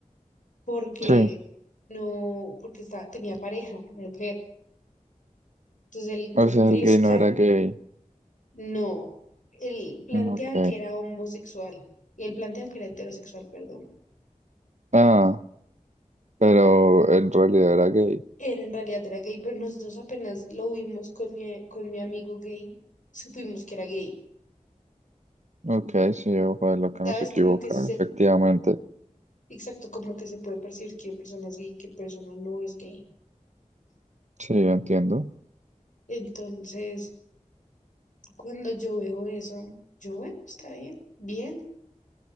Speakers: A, on the left (about 70°); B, on the right (about 60°).
A: porque
B: Sí.
A: no, porque estaba, tenía pareja, mujer. Entonces él
B: O
A: como
B: sea,
A: que
B: el
A: los
B: gay
A: cae.
B: no era gay.
A: No, él planteaba
B: Mm, Ok.
A: que era homosexual. Y él planteaba que era heterosexual, perdón.
B: Ah, pero en realidad era gay.
A: Era en realidad era gay, pero nosotros apenas lo vimos con mi, con mi amigo gay, supimos que era gay.
B: Ok, sí, ojo de lo que
A: ¿Sabes?
B: no se equivoca,
A: Como que se, se-
B: efectivamente.
A: exacto, como que se puede percibir qué persona es gay, qué persona no es gay.
B: Sí, entiendo.
A: Entonces, cuando yo veo eso, yo, bueno, está bien, bien.